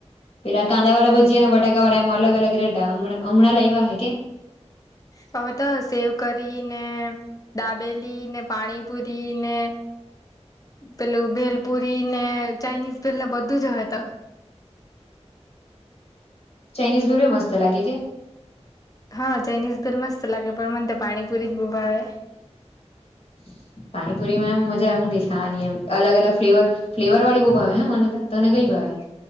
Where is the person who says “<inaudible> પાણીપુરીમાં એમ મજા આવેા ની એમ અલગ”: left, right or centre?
Left